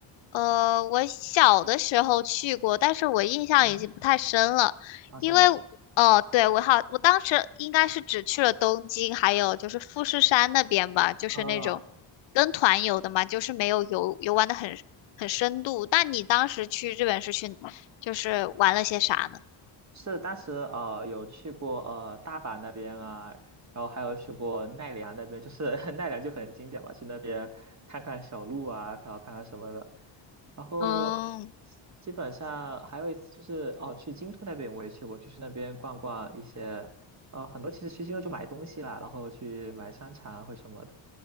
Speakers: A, on the left; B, on the right.
A: 呃，我小的时候去过，但是我印象已经不太深了，
B: 啊
A: 因为
B: 啊是吗？
A: 哦，对，我好，我当时应该是只去了东京，还有就是富士山那边吧，就是那种跟团游的嘛，
B: 啊，
A: 就是没有游游玩的很很深度。那你当时去日本是去就是玩了些啥呢？
B: 是当时呃有去过呃大阪那边啊，然后还有去过奈良那边，就是 <laughs> 奈良就很经典嘛，去那边看看小鹿啊，然后看看什么的。然后
A: 嗯，
B: 基本上还有一次就是哦，去京都那边我也去过，就是那边逛逛一些，呃，很多其实去京都就买东西啦，然后去买商场啊或什么的，